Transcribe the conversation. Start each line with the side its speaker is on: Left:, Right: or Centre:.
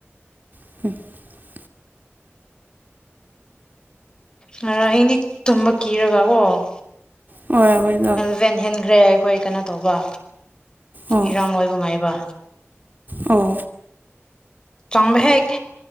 Right: <unintelligible>
Left: ꯉꯔꯥꯡ ꯑꯍꯤꯡꯗꯤ ꯇꯨꯝꯕ ꯀꯤꯔꯒꯀꯣ ꯫
Right: ꯫ <unintelligible>
Left: ꯏꯚꯦꯟ ꯍꯦꯟꯈ꯭ꯔꯦ ꯑꯩꯈꯣꯏ ꯀꯩꯅꯣ ꯇꯧꯕ
Right: ꯑꯣ
Left: ꯏꯔꯥꯡ ꯂꯣꯏꯕ ꯉꯥꯏꯕ
Right: ꯑꯣ
Left: ꯆꯥꯡꯕ ꯍꯦꯛ